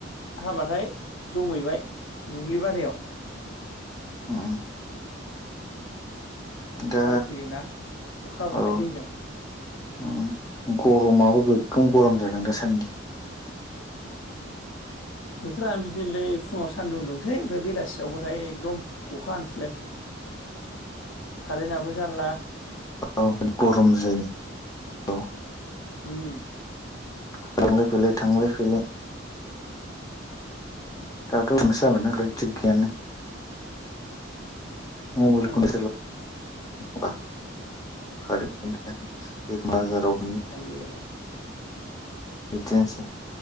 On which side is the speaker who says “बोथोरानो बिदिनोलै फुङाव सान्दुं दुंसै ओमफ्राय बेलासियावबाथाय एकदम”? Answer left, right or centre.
Left